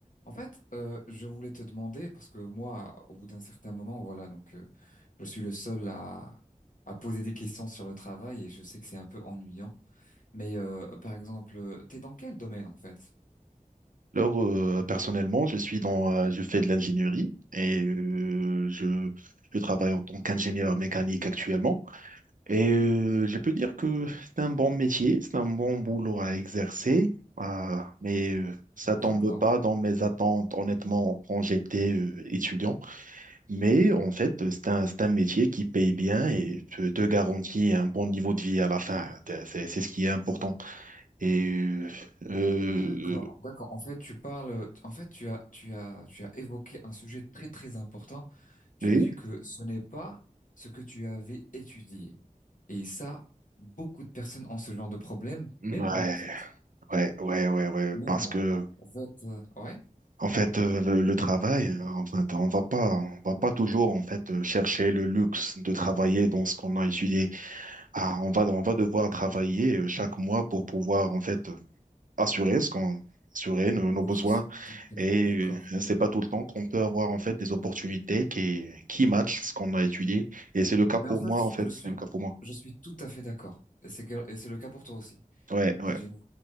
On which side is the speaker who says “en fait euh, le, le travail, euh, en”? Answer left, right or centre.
Right